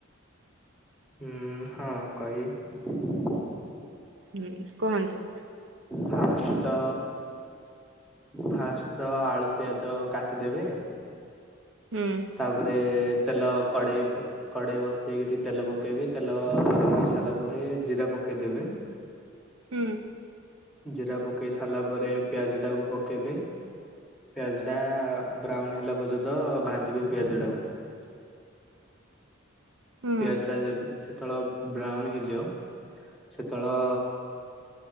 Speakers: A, in the centre; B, on the right.
A: ହୁଁ ହଁ କହିବି।
B: ହୁଁ କୁହନ୍ତୁ।
A: ଫାର୍ଷ୍ଟ ତ ଫାସ୍ଟ ଆଳୁ ପିଆଜ କାଟିଦେବେ
B: ହୁଁ।
A: ତାପରେ ତେଲ କଡ଼େଇ କଡ଼େଇ ବସେଇକରି ତେଲ ପକାଇବେ ତେଲ ଗରମ ହେଇ ସାରିଲା ପରେ ଜିରା ପ ଦେବେ
B: ହୁଁ।
A: ଜିରା ପକେଇ ସାରିଲା ପରେ ପିଆଜ ଟାକୁ ପକେଇବେ ପିଆଜ ଟା ବ୍ରାଉନ ହେଲା ପର୍ଯ୍ୟନ୍ତ ଭାଜିବେ ପିଆଜ ଟାକୁ
B: ହୁଁ
A: ପିଆଜ ଟା ଦେବି ଛେ ଯେତତେଳେ ବ୍ରାଉନ ହେଇଯିବ ସେତଳ